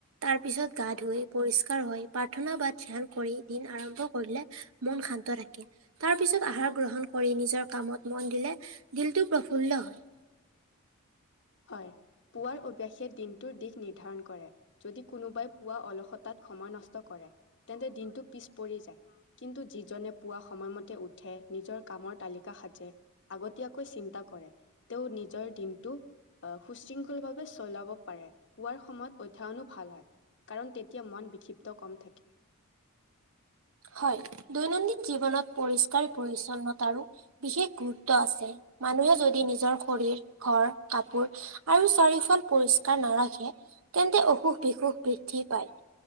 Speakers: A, on the right (about 65°); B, on the left (about 55°).
A: তাৰ পিছত গা ধুই পৰিষ্কাৰ হয় প্ৰাৰ্থনা বা ধ্যান কৰি দিন আৰম্ভ কৰিলে মন শান্ত থাকে। তাৰ পিছত আহাৰ গ্ৰহণ কৰি নিজৰ কামত মন দিলে দিলটো প্ৰফুল্ল হয়।
B: হয় পুৱাৰ অভ্যাসে দিনটোৰ দিশ নিৰ্ধাৰণ কৰে। যদি কোনোবাই পুৱা অলসতাত সময় নষ্ট কৰে তেন্তে দিনটো পিছ পৰি যায়। কিন্তু যিজনে পুৱা সময়মতে উঠে নিজৰ কামৰ তালিকা সাজে। আগতীয়াকৈ চিন্তা কৰে তেওঁ নিজৰ দিনটো আহ সুশৃংখল ভাৱে চলাব পাৰে পোৱাৰ সময়ত অধ্যয়নো ভাল হয়। কাৰণ তেতিয়া মন বিক্ষিপ্ত কম থাকে।
A: হয়, দৈনন্দিন জীৱনত পৰিষ্কাৰ পৰিচ্ছন্নতাৰো বিশেষ গুৰুত্ব আছে মানুহে যদি নিজৰ শৰীৰ ঘৰ কাপোৰ আৰু চাৰিওফাল পৰিষ্কাৰ নাৰাখে তেন্তে অসুখ বিসুখ বৃদ্ধি পায়।